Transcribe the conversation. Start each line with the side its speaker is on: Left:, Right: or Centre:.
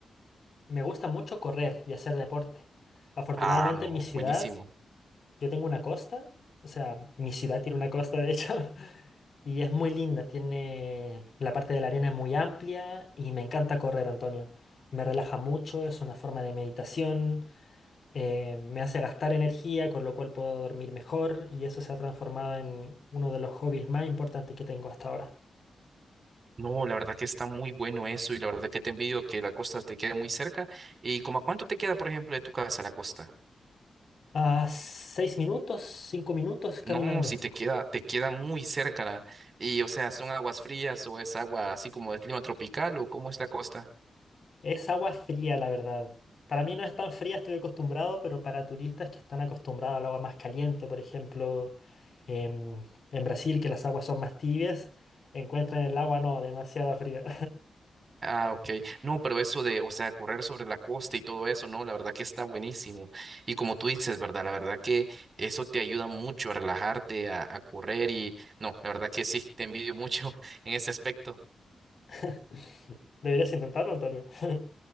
Left: Me gusta mucho correr y hacer deporte. Afortunadamente
Right: Ah, no,
Left: en mi ciudad...
Right: buenísimo.
Left: Yo tengo una costa, o sea, mi ciudad tiene una costa de hecho, <laughs> y es muy linda, tiene la parte de la arena es muy amplia y me encanta correr, Antonio. Me relaja mucho, es una forma de meditación, eh, me hace gastar energía, con lo cual puedo dormir mejor y eso se ha transformado en uno de los hobbies más importantes que tengo hasta ahora.
Right: No, la verdad que está muy bueno eso y la verdad que te envidio que la costa te quede muy cerca. ¿Y como a cuánto te queda, por ejemplo, de tu casa la costa?
Left: A seis minutos, cinco minutos caminando.
Right: No, si te queda, te queda muy cerca la- y o sea, ¿son aguas frías o es agua así como de clima tropical o cómo es la costa?
Left: Es agua fría, la verdad. Para mí no es tan fría, estoy acostumbrado, pero para turistas que están acostumbrados al agua más caliente, por ejemplo, em, en Brasil, que las aguas son más tibias, encuentran el agua no, demasiada fría.
Right: Ah, ok. No, pero eso de, o sea, correr sobre la costa y todo eso, no, la verdad que está buenísimo. Y como tú dices, ¿verdad? La verdad que eso te ayuda mucho a relajarte, a, a correr y no, la verdad que sí, te envidio mucho <laughs> en ese aspecto.
Left: <laughs> Deberías intentarlo, Antonio. <laughs>